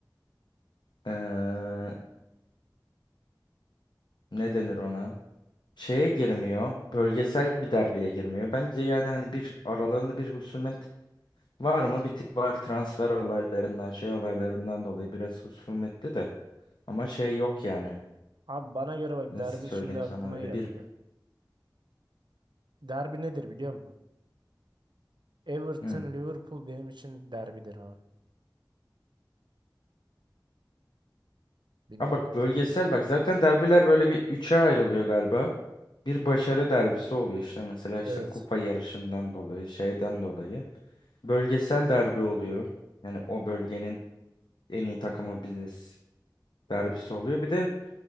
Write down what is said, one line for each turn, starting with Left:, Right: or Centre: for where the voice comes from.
Left: Ee, ne denir ona? şeye girmiyor. Bölgesel bir derbeye girmiyor. Bence yani hani bir aralarında bir husumet var mı? Bir tık var transfer olaylarından, şey olaylarından dolayı biraz husumetli de. Ama şey yok yani.
Right: Abi bana göre bak
Left: Nasıl
Right: derbi
Left: söyleyeyim
Right: şimdi aklıma
Left: sana öyle
Right: geldi.
Left: bir...
Right: Derbi nedir biliyor musun? Everton
Left: Hı.
Right: Liverpool benim için derbidir abi. Bilmiyorum
Left: Ha bak
Right: katılır
Left: bölgesel
Right: mısın?
Left: bak zaten derbiler böyle bir üçe ayrılıyor galiba. Bir başarı derbisi oluyor işte mesela
Right: Evet.
Left: işte kupa yarışından dolayı şeyden dolayı. Bölgesel derbi oluyor. Yani o bölgenin en iyi takımı biziz derbisi oluyor. Bir de